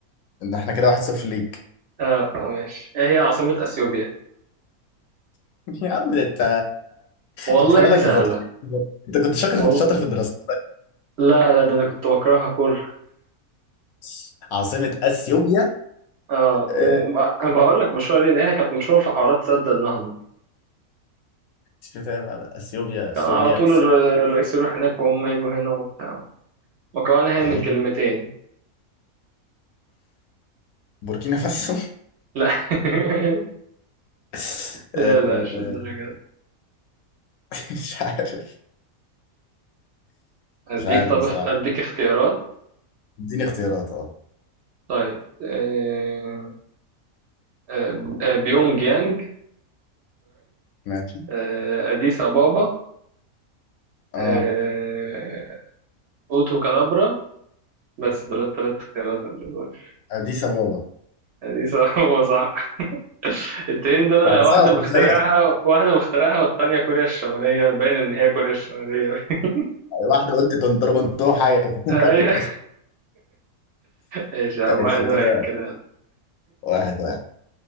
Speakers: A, on the left (about 75°); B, on the right (about 60°).
A: ان احنا كده واحد صفر ليك
B: اه آه، ماشي ايه هي عاصمة اثيوبيا
A: <laughs> يا عم ده انت
B: والله
A: انت مالك
B: دي سهلة
A: غلط انت كنت شاطر
B: والله
A: شاطر في الدراسه
B: لا لا ده انا كنت بكرهها كره
A: <laughs> عاصمة اثيوبيا
B: اه
A: آه،
B: وبقول لك مشهورة ليه لأن هي كانت مشهورة في حوارات سد النهضة دي
A: مش فاهم أنا. اثيوبيا اثيوبيا
B: كان على طول الر- الرئيس يروح هناك وهم يجوا هنا وبتاع مكونة
A: آه،
B: هي من كلمتين
A: بوركينا فاسو
B: لا <laughs>
A: <laughs>
B: لا لا مش
A: آه،
B: الدرجة دي.
A: <laughs> مش عارف
B: اديك
A: مش عارف
B: طب
A: بصراحة
B: اخت... اديك اختيارات
A: اديني اختيارات اه
B: طيب آه، آه، آه، بيونج يانج
A: ماشي
B: آه، أديس أبابا
A: اه
B: آه، أوتو كالابرا بس دول التلات اختيارات اللي دول
A: اديس ابابا
B: أديس أبابا صح <laughs> التنين دول أنا
A: بحسها
B: واحدة
A: افريقية
B: مخترعها واحدة مخترعها والتانية كوريا الشمالية باين إن هي كوريا الشمالية <laughs>
A: واحدة قلت تنطر منطور حاجة <laughs>
B: أيوة ماشي يا عم
A: ماشي
B: واحد واحد
A: كده
B: كده
A: واحد واحد